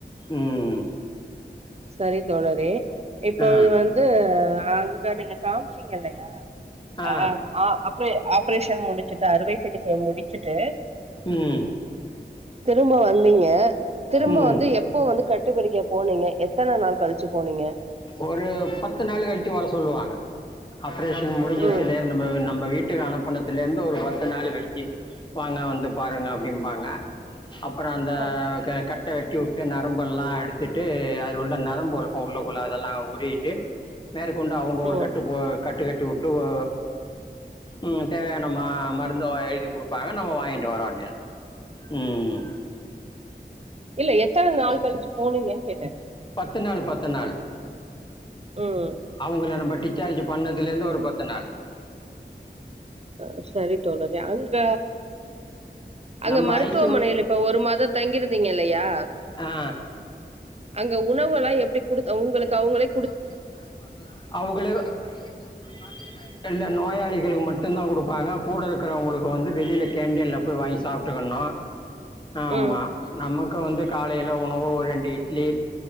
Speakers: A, on the left (about 25°); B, on the right (about 35°).
A: ம்
B: சரி தோழரே இப்ப
A: ஆ
B: அது வந்து அங்க நீங்க காம்ச்சீங்க இல்லயா
A: ஆ
B: அ அ அப்பயே ஆப்ரேஷன் முடிச்சுட்டு அறுவை சிகிச்சைய முடிச்சுட்டு
A: ம்
B: திரும்ப வந்தீங்க திரும்ப
A: ம்
B: வந்து எப்போ வந்து கட்டுப்பிரிக்க போனீங்க எத்தன நாள் கழிச்சு போனீங்க
A: ஒரு பத்து நாள் கழிச்சு வர சொல்லுவாங்க ஆப்ரேஷன் முடிஞ்சசுலேர்ந்த
B: ம்
A: நம்ம நம்ப வீட் வீட்டு அனுப்பணத்துலருந்து ஒரு பத்து நாள் கழிச்சு வாங்க வந்து பாருங்க அப்பிடிம்பாங்க அப்பறம் அந்த
B: ம்
A: க கட் ட வெட்டி விட்டு நரம்பெல்லா எடுத்துட்டு அது உள்ள நரம்பு இருக்கும் உள்ள அதெல்லா உறிவிட்டு மேற்கொண்டு அவங்க
B: ம்
A: ஒரு கட்டு போ கட்டு கட்டி விட்டு ஒ ம் தேவையான மருந்து எழுதி குடுப்பாங்க நம்ம வாங்கிட்டு வர வேண்டியதுதா ம் ம்
B: இல்ல எத்தன
A: இல்ல எத்தனை நாள்
B: போனீங்கன்னு
A: கழிச்சு
B: கேட்டே
A: போனிங்க <inaudible> நாள் பத்து நாள்
B: ம்
A: அவங்கல நம்ம டிக் டிஸ்சார்ஜ் பண்ணதுல இருந்து ஒரு பத்து நாலு
B: அ சரி தோழரே அங்க அங்க
A: நம்ப
B: மருத்துவமனில
A: ஐசியூ
B: இப்ப ஒரு மாதம் தங்கியிருந்தீங்க இல்லையா
A: ஆ.
B: அங்க உணவு எல்லா எப்படி குடு உங்களுக்கு அவங்களுக்
A: அவங்கலே கொடுத்துருவாங்கள அவங்களே எப்படி உங்கள பாத்துகிட்டாங்க எல்லா நோயாளிகளும் மட்டும தான் கொடுப்பாங்க கூட இருக்கிறவங்களுக்கு வந்து வெளியில கேண்டின் போயீ வாங்கி சாப்ட்டுக்கணு ஆமா
B: ம்
A: நமக்கு வந்து காலையில உணவு ஒரு ரெண்டு இட்லி